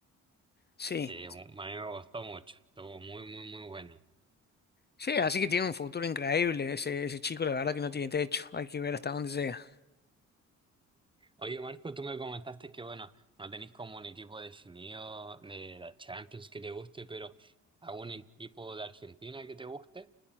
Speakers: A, on the left; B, on the right.
A: Sí,
B: Sí, mu- a mí me gustó mucho. Estuvo muy, muy, muy buena.
A: sí, así que tiene un futuro increíble ese, ese chico, la verdad que no tiene techo, hay que ver hasta dónde llega.
B: Oye, Marco, tú me comentaste que, bueno, no tenéis como un equipo definido de la Champions que te guste, pero algún equipo de Argentina que te guste.